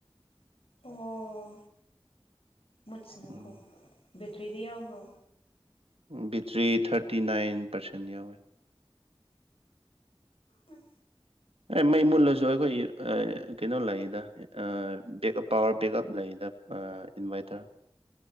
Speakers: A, on the left; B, on the right.
A: ꯑꯣ ꯃꯨꯠꯁꯅꯨꯀꯣ
B: ꯎꯝ
A: ꯕꯦꯇ꯭ꯔꯤꯗꯤ ꯌꯥꯎꯕ꯭ꯔꯣ
B: ꯕꯦꯇ꯭ꯔꯤ ꯊꯥꯔꯇꯤ ꯅꯥꯏꯟ ꯄꯥꯔꯁꯦꯟ ꯌꯥꯎꯋꯦ
A: ꯎꯝ
B: ꯑꯦ ꯃꯩ ꯃꯨꯜꯂꯁꯨ ꯑꯩꯈꯣꯏꯒꯤ ꯀꯩꯅꯣ ꯂꯩꯌꯦꯗ ꯑꯥ ꯕꯦꯛ ꯄꯥꯋꯥꯔ ꯕꯦꯛ ꯑꯞ ꯂꯩꯌꯦꯗ ꯏꯟꯚꯥꯏꯇꯔ